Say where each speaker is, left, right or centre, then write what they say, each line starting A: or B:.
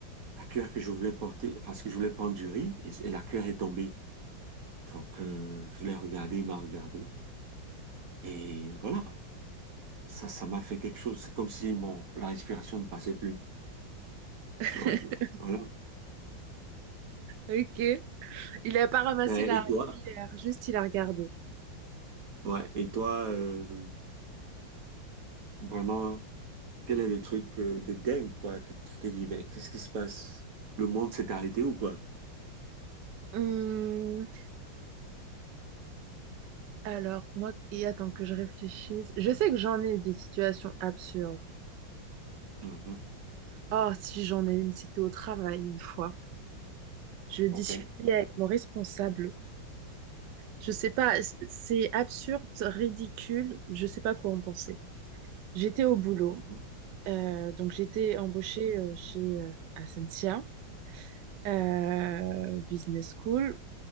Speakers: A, on the right; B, on the right.
A: la cuillère que je voulais porter, parce que je voulais prendre du riz, et, et la cuillère est tombée. Donc, euh, je l'ai regardé, il m'a regardé. Et voilà, ça, ça m'a fait quelque chose. C'est comme si mon, la respiration ne passait plus.
B: <laughs>
A: Donc, voilà.
B: ok. Il a pas ramassé
A: Ben,
B: la
A: et toi?
B: cuillère, juste il a regardé.
A: Ouais, et toi, euh, vraiment, quel est le truc euh, de dingue, quoi, que tu t'es dit, ben, qu'est-ce qui se passe? Le monde s'est arrêté ou quoi?
B: Hum, alors, moi, et attends que je réfléchisse. Je sais que j'en ai des situations absurdes.
A: Mhm.
B: Oh, si j'en ai une, c'était au travail une fois. Je discutais
A: OK.
B: avec mon responsable. Je sais pas, c- c'est absurde, ridicule, je sais pas quoi en penser. J'étais au boulot,
A: Mhm.
B: euh, donc j'étais embauchée euh, chez euh, Essentia euh, Business School.